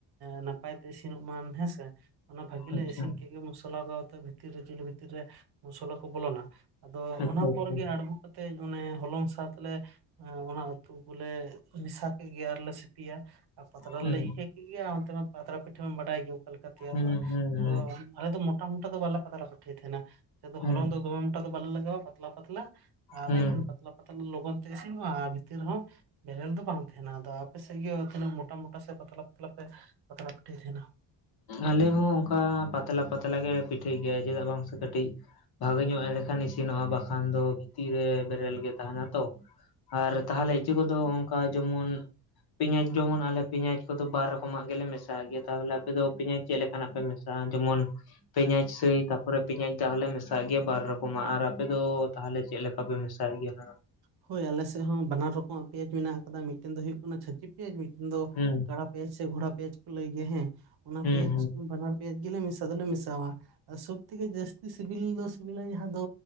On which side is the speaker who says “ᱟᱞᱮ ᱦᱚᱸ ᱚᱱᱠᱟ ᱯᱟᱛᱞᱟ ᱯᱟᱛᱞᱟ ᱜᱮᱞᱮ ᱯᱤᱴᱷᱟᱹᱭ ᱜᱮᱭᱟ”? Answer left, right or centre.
Left